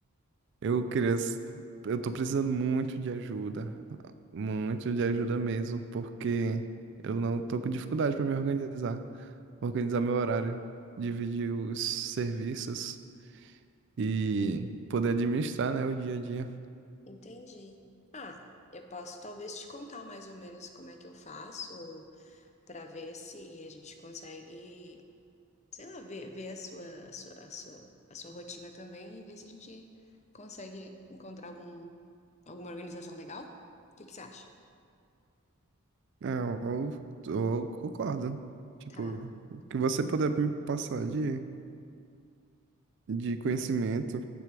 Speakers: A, on the right (about 55°); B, on the left (about 30°).
A: eu queria, s- eu tô precisando muito de ajuda, muito de ajuda mesmo, porque eu não tô com dificuldade para me organizar, organizar meu horário, dividir os serviços e poder administrar, né, o dia a dia.
B: Entendi. Ah, eu posso talvez te contar mais ou menos como é que eu faço para ver se a gente consegue, sei lá, ver, ver a sua, a sua, a sua, a sua rotina também e ver se a gente consegue encontrar algum, alguma organização legal. O que que você acha?
A: É, eu, eu concordo. Tipo,
B: Tá,
A: o que você puder me passar de, de conhecimento,